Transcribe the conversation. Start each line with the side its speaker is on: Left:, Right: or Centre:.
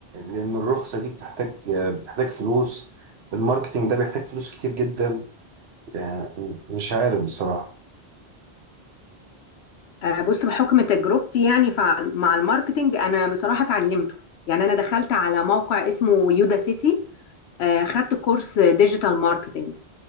Right: لان الرخصه دي بتحتاج آه، بتحتاج فلوس الماركتينج ده بيحتاج فلوس كتير جدا يعني مش عارف بصراحه
Left: آه، بص بحكم تجربتي يعني فع- مع الماركتينج انا بصراحه اتعلمته يعني انا دخلت على موقع اسمه يودا سيتي آه، خدت كورس ديجيتال ماركتينج